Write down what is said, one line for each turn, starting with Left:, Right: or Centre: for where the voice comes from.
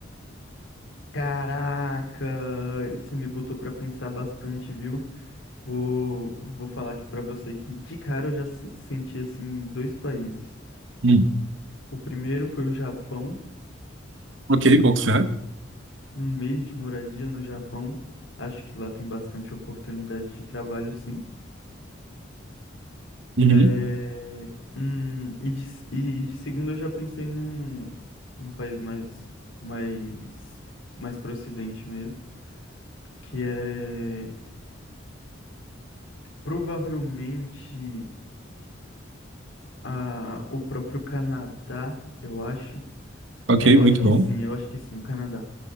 Left: Caraca, você me botou pra pensar bastante, viu? Vou, vou falar aqui pra você que de cara eu já se- senti assim dois países.
Right: Hum.
Left: O primeiro foi o Japão,
Right: Ok, boto fé.
Left: Um mês de moradia no Japão, acho que lá tem bastante oportunidade de trabalho, sim.
Right: Uhum.
Left: É, hum, e, de, s- e de segundo eu já pensei num, num país mais, mais, mais pro ocidente mesmo, que é provavelmente a, o próprio Canadá, eu acho.
Right: Ok,
Left: É, eu
Right: muito
Left: acho que
Right: bom.
Left: sim, eu acho que sim, o Canadá.